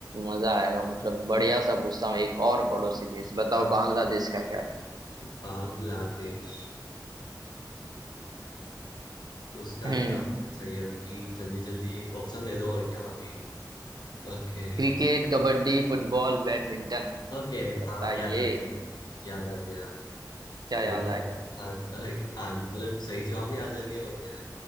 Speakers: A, on the right; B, on the left.
A: मजा आएगा मतलब बढ़िया सा पूछता हूँ एक और पड़ोसी देश बताओ
B: Okay.
A: बांग्लादेश का क्या है?
B: बांग्लादेश उसका
A: हम्म
B: क्या होना चाहिए अभी जल्दी जल्दी ऑप्शन दे दो और क्या अभी ओके
A: Cricket kabaddi football badminton
B: ओके हाँ
A: बताइए
B: याद आ गया मुझे याद आ गया
A: क्या याद
B: और
A: आ गया
B: हाँ अ, आ- मतलब सही जवाब याद आ गया और क्या है